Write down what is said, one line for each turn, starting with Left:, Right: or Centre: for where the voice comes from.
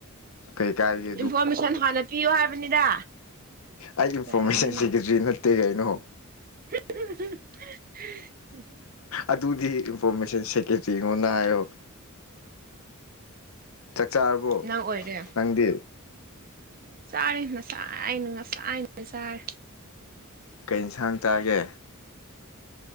Left: ꯀꯩ <unintelligible>
Right: ꯏꯟꯐꯣꯔꯃꯦꯁꯟ ꯍꯥꯟꯅ ꯄꯤꯌꯣ ꯍꯥꯏꯕꯅꯤꯗ
Left: ꯑꯩ ꯏꯟꯐꯣꯔꯃꯦꯁꯟ
Right: ꯀꯔꯤꯔꯅꯦ
Left: ꯁꯤꯒꯤꯗ꯭ꯔꯤ ꯅꯠꯇꯦ ꯀꯩꯅꯣ
Right: <unintelligible>
Left: ꯑꯗꯨꯗꯤ ꯏꯟꯐꯣꯔꯃꯦꯁꯟ ꯁꯦꯀꯦꯇꯔꯤꯉꯣꯅ ꯍꯥꯏꯌꯣ ꯆꯥꯛ ꯆꯥꯔꯕꯣ
Right: ꯅꯪ ꯑꯣꯏꯔꯦ
Left: ꯅꯪꯗꯤ
Right: ꯆꯥꯔꯦ ꯉꯁꯥꯏꯅ ꯉꯁꯥꯏꯅ ꯆꯥꯏ
Left: ꯀꯩ ꯏꯟꯁꯥꯡ ꯆꯥꯒꯦ